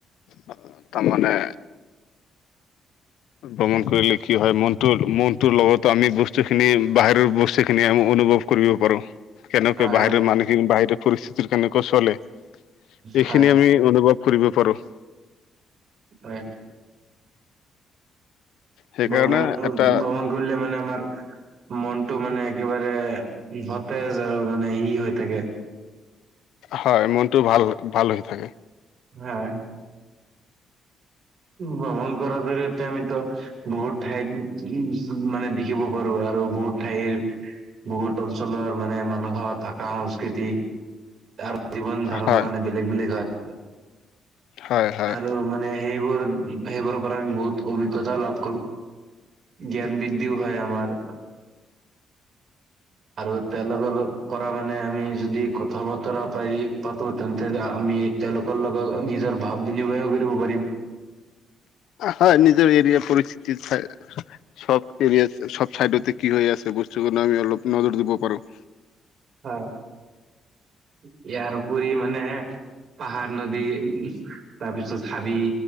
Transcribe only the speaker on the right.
হয়,
হয়,
হয়,
হয়
ভ্ৰমণ
ভ্ৰমণ কৰিলে মানে আমাৰ মনতটো মানে একেবাৰে সতেজ আৰু মানে ই হৈ থাকে
হয় ভ্ৰমণ কৰা ধৰি এতিয়া আমিত বহুত ঠাইত উ মানে দেখিব পাৰো আৰু বহুত ঠাইৰ বহুত অঞ্চলৰ মানে মানুহৰ ভাষা সংস্কৃতি আৰু জীৱন ধাৰণা
মানে বেলেগ বেলেগ হয়।
আৰু মানে সেইবোৰ, সেইবোৰৰ পৰা আমি বহুত অভিজ্ঞতাও লাভ কৰোঁ জ্ঞান বৃদ্ধিও হয় আমাৰ আৰু তেওঁলোকৰ পৰা মানে আমি যদি কথা বতৰা পাৰি পাতো তেন্তে আমি তেওঁলোকৰ লগত নিজৰ ভাৱ বিনিময়ও কৰিব পাৰিম।
হয়। ইয়াৰ উপৰি মানে পাহাৰ, নদী, তাৰপিছত হাবি,